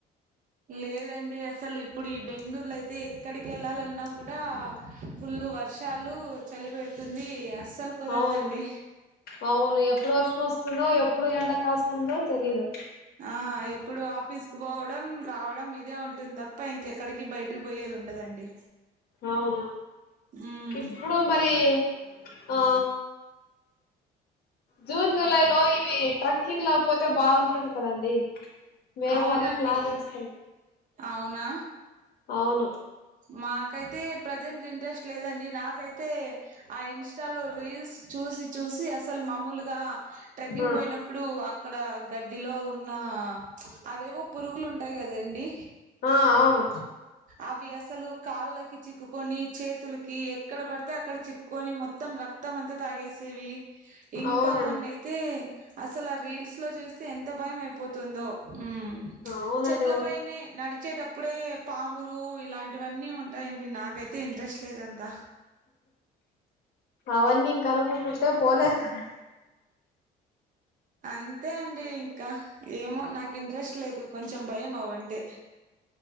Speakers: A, on the right; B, on the left.
A: లేదండి అసలు ఇప్పుడు ఈ బెంగ్ళూర్లో అయితే ఎక్కడికెళ్ళాలన్నా గుడా ఫుల్లు వర్షాలు చలి పెడుతుంది అస్సలు కుదరదండి
B: అవును అవును ఎప్పుడు వర్షం వస్తుందో ఎప్పుడు ఎండ కాస్తుందో తెలీదు
A: ఆ ఎప్పుడు ఆఫీస్ కు పోవడం రావడం ఇదే ఉంటుంది తప్ప ఇంకెక్కడికి బయటకి పోయేది ఉండదండి
B: అవున
A: ఉమ్
B: ఇప్పుడు మరి ఆ జూన్ జులై లో ఇవి ట్రెక్కింగ్ లో పోతే బాగుంటుంది కదండి మేము
A: అవునండి
B: అదే ప్లాన్ వేస్తున్నాం
A: అవునా
B: అవును
A: మాకైతే ప్రజెంట్ ఇంట్రెస్ట్ లేదండి నాకైతే ఆ ఇన్స్టాలో రీల్స్ చూసి చూసి అసలు మామూలుగా ట్రెక్కింగ్
B: ఆ
A: పోయినప్పుడు అక్కడ గడ్డిలో ఉన్న అవేవో పురుగులు ఉంటాయి కదండి
B: ఆ అవును
A: అవి అసలు కాళ్ళకి చిక్కుకొని చేతులకి ఎక్కడ పడితే అక్కడ చిక్కుకొని మొత్తం రక్తం అంత తాగేస్తేవి ఇంకా
B: అవునండి
A: కొన్ని అయితే అసలు ఆ రీల్స్ లో చూస్తే ఎంత భయం అయిపోతుందో ఉ
B: అవునండి
A: చెట్ల
B: ఉ
A: పైనే నడిచేటప్పుడే పాములు ఇలాంటివన్నీ ఉంటాయండి నాకైతే ఇంట్రెస్ట్ లేదంతా
B: అవన్నీ ఇంక అన్నుకుంటుంటే పోలేరు కదండీ
A: అంతే అండి ఇంకా ఏమో నాకు ఇంట్రెస్ట్ లేదు కొంచెం భయం అవ్వంటే